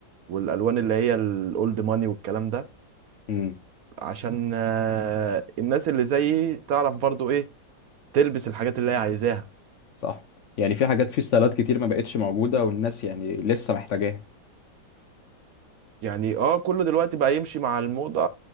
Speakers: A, on the right (about 65°); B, on the left (about 65°).
A: والالوان اللي هي الاولد ماني والكلام ده
B: مم.
A: عشان آه، الناس اللي زيي تعرف برضو ايه تلبس الحاجات اللي هي عايزاها
B: صح يعني في حاجات في ستايلات كتير ما بقتش موجودة والناس يعني لسه محتاجاها
A: يعني اه كله دلوقتي بقى يمشي مع الموضة